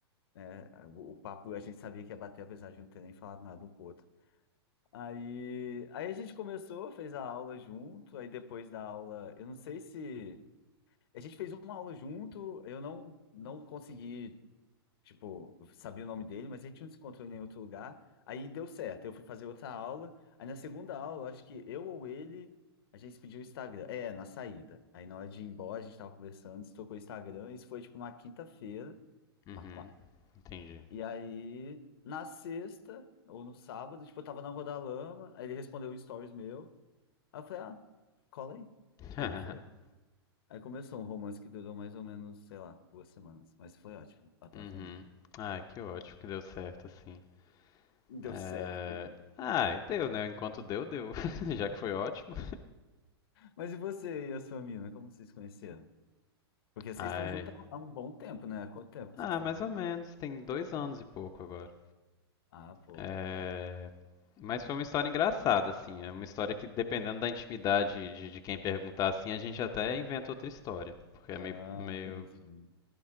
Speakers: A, on the left (about 65°); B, on the left (about 30°).
A: né, o, o papo a gente sabia que ia bater, apesar de não ter nem falado nada um com o outro. Aí, aí a gente começou, fez a aula junto, aí depois da aula, eu não sei se a gente fez uma aula junto, eu não não consegui, tipo, sabia o nome dele, mas a gente não se encontrou em nenhum outro lugar. Aí deu certo, eu fui fazer outra aula. Aí na segunda aula, acho que eu ou ele, a gente se pediu o Instagram. É, na saída. Aí na hora de ir embora, a gente tava conversando, se tocou o Instagram, isso foi tipo uma quinta-feira,
B: Uhum.
A: uma
B: Entendi.
A: e aí, na sexta, ou no sábado, tipo, eu tava na Rodalama, aí ele respondeu um stories meu. Aí eu falei, ah, cola aí. Aí
B: <laughs>
A: ele foi. Aí começou um romance que durou mais ou menos, sei lá, duas semanas. Mas foi ótimo, patrocinando.
B: Uhum. Ai, que ótimo que deu certo, assim.
A: Deu
B: É...
A: certo.
B: Ai, deu, né? Enquanto deu, deu. <laughs> Já que foi ótimo.
A: Mas e você e a sua mina, como vocês se conheceram? Porque
B: <laughs>
A: vocês
B: Ai.
A: estão juntos há um bom tempo, né? Há Quanto tempo que
B: Ah,
A: vocês estão
B: mais
A: juntos?
B: ou menos. Tem dois anos e pouco agora.
A: Ah, pô.
B: É...
A: é.
B: Mas foi uma história engraçada, assim. É uma história que, dependendo da intimidade de, de quem perguntar, assim, a gente até inventa outra história. Porque é
A: Ah,
B: meio, meio...
A: entendi.